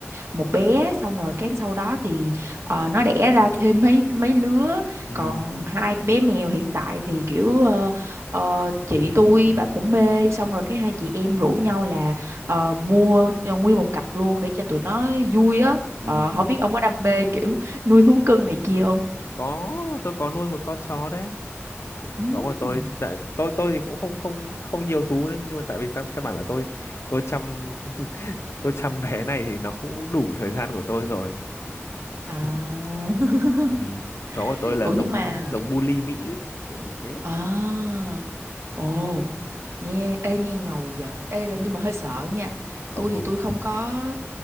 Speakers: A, on the right; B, on the left.
A: một bé xong rồi cái sau đó thì ờ, nó đẻ ra thêm mấy mấy lứa
B: ừm,
A: còn hai bé mèo hiện tại thì kiểu ờ, ờ, chị tôi bà cũng mê xong rồi cái hai chị em rủ nhau là ờ, mua ờ, nguyên một cặp luôn để cho tụi nó vui á
B: ừm.
A: Ờ, không biết ông có đam mê kiểu nuôi thú cưng này kia không?
B: Có, tôi có nuôi một con chó đấy.
A: Ừm.
B: Chó của tôi, tại tôi tôi thì cũng không không không nhiều thú đấy, nhưng mà tại vì căn căn bản là tôi tôi chăm tôi chăm bé này thì nó cũng đủ thời gian của tôi rồi.
A: À.
B: <laughs>
A: <laughs>
B: Ừm, chó của tôi là
A: Ủa
B: giống
A: nhưng mà
B: giống bully Mỹ kiểu như thế.
A: à, ồ nghe ê nghe ngầu giờ ê là
B: Ừm,
A: nhưng mà hơi sợ nha
B: Không
A: tôi thì
B: không.
A: tôi không có